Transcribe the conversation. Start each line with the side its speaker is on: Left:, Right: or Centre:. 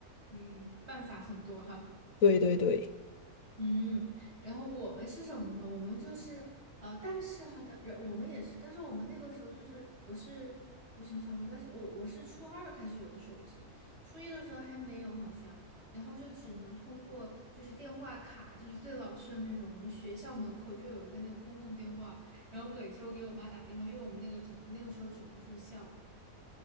Right: 嗯，办法很多哈。
Left: 对对对，
Right: 嗯，然后我们是什么呢？我们就是呃，但是啊，但然我们也是，但是我们那个时候就是，我是我想想，我应该是我我是初二开始有的手机，初一的时候还没有好像，然后就只能通过就是电话卡，就是最老式的那种，我们学校门口就有一个那种公共电话，然后每周给我妈打电话，因为我们那个只那个时候只能住校，